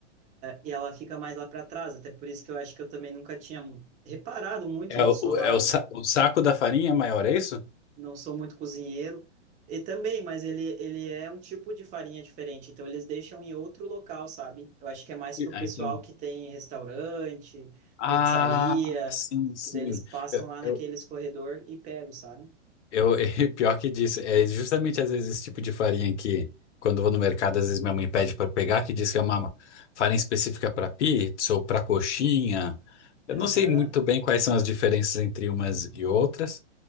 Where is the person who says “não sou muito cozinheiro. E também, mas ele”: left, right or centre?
Right